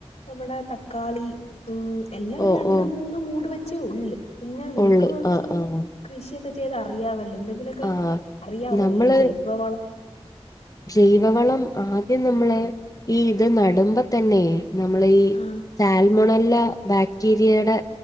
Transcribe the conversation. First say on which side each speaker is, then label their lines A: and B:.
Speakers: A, on the left; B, on the left.
A: നമ്മുടെ തക്കാളി ഉം എല്ലാം
B: ഓ
A: രണ്ടും
B: ഓ
A: മൂന്നും മൂട് വെച്ചേ ഉള്ള് പിന്നെ നിനക്ക്
B: ഉള്ള്
A: കൊറച്ച്
B: ആഹ് ആഹ്
A: കൃഷിയൊക്കെ ചെയ്ത് അറിയാവല്ലോ എന്തെങ്കിലൊക്കെ
B: ആഹ്
A: അറിയാവോ
B: നമ്മള്
A: ഈ ജൈവ വളം
B: ജൈവവളം ആദ്യം നമ്മളെ ഈ ഇത് നടുമ്പോ തന്നെ നമ്മളെ ഈ
A: ആ
B: സാൽമോണല്ല ബാക്ടീരിയയുടെ